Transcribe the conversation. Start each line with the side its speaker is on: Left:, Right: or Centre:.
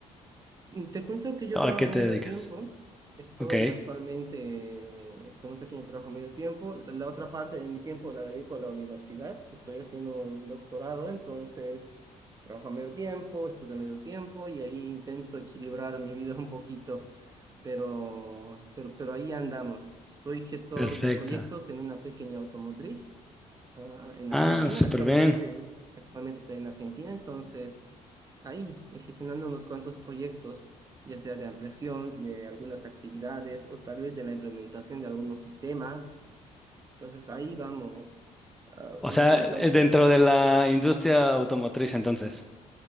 Right: Mm, Te cuento que yo
Centre: a
Right: trabajo
Centre: qué te
Right: medio
Centre: dedicas?
Right: tiempo. Estoy
Centre: Ok,
Right: actualmente eh, con un pequeño trabajo medio tiempo. La la otra parte de mi tiempo la dedico a la universidad. Estoy haciendo un doctorado, entonces trabajo a medio tiempo, estudio a medio tiempo y ahí intento equilibrar mi vida un poquito. Pero, pero, pero ahí andamos. Soy gestor
Centre: perfecto.
Right: de proyectos en una pequeña automotriz, ah, en
Centre: Ah,
Right: Argentina.
Centre: súper
Right: Actualmente,
Centre: bien.
Right: actualmente estoy en Argentina, entonces ahí, eh, gestionando unos cuantos proyectos, ya sea de ampliación de algunas actividades o tal vez de la implementación de algunos sistemas. Entonces ahí vamos ah,
Centre: O
Right: intentando
Centre: sea, eh, dentro
Right: avanzar.
Centre: de la industria automotriz, entonces.